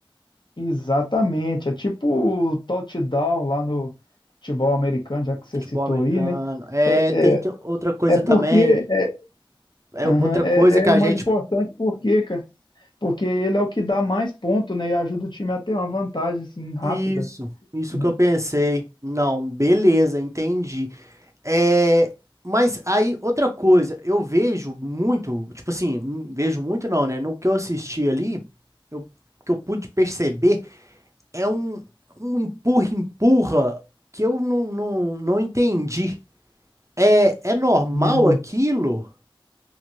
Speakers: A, on the left; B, on the right.
A: Exatamente, é tipo o touchdown lá no futebol americano, já que você
B: Futebol
A: citou
B: americano,
A: aí, né?
B: é,
A: É,
B: tem, tem
A: é,
B: outra coisa
A: é porque
B: também,
A: é,
B: é
A: aham,
B: outra
A: é,
B: coisa que
A: é
B: a
A: o mais
B: gente,
A: importante porque, cara, porque ele é o que dá mais ponto, né? E ajuda o time a ter uma vantagem assim rápida,
B: isso, isso
A: né?
B: que eu pensei, não, beleza, entendi. É, mas aí, outra coisa, eu vejo muito, tipo assim, n- vejo muito não, né? No que eu assisti ali, eu, que eu pude perceber é um, um empurra-empurra que eu não, não, não entendi. É, é normal
A: Hum.
B: aquilo?